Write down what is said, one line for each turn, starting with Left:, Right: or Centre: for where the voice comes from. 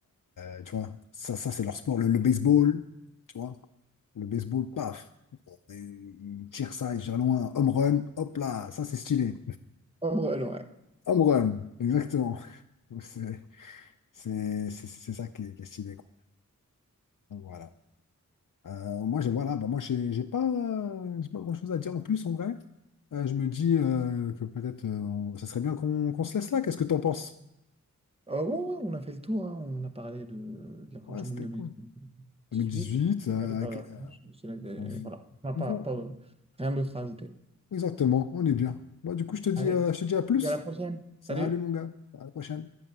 Left: euh, tu vois, ça, ça c'est leur sport. Le, le baseball, tu vois, le baseball, paf. Bon, et Il tire ça, il tire loin. Home run, hop là, ça c'est stylé.
Right: Oh, ouais, non, ouais.
Left: Home run, exactement. Donc, C'est c'est- c'est- c'est ça qui est, qui est stylé, quoi. Donc, voilà. Euh, moi, j'ai voilà, bah, moi, j'ai j'ai pas, euh, j'ai pas grand-chose à dire en plus, en vrai. Euh, je me dis euh, que peut-être euh, on- ça serait bien qu'on qu'on se laisse là. Qu'est-ce que t'en penses?
Right: Euh, ouais, ouais, on a fait le tour, hein. On a parlé de, de la Coupe
Left: Ouais,
Right: du
Left: c'était
Right: Monde 2018
Left: cool. 2018,
Right: et
Left: euh,
Right: allez faire
Left: avec-
Right: la
Left: euh,
Right: France. C'est la- euh,
Left: bon,
Right: voilà, on n'a pas,
Left: bon,
Right: pas, euh, rien d'autre à ajouter.
Left: exactement, on est bien. Bon, du coup, je te dis,
Right: Allez,
Left: euh, je te dis à plus.
Right: à la prochaine.
Left: Salut
Right: Salut!
Left: mon gars, à la prochaine.